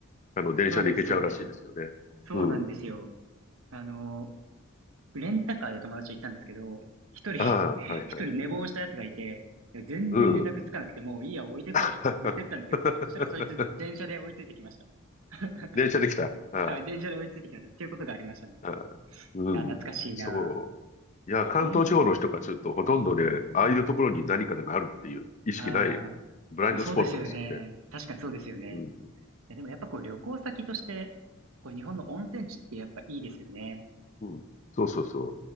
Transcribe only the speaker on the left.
あの、電車で行けちゃうらしいですよね。
うん。
ああ、
はいはい。
うん。
<laughs>
電車で来た。は
い。はい。うん。
そう。いや、関東地方の人からすると、
ほとんどね、ああいうところに何かがあるっていう意識ない、
ブラインドスポットですよね。
うん。
うん。そうそうそ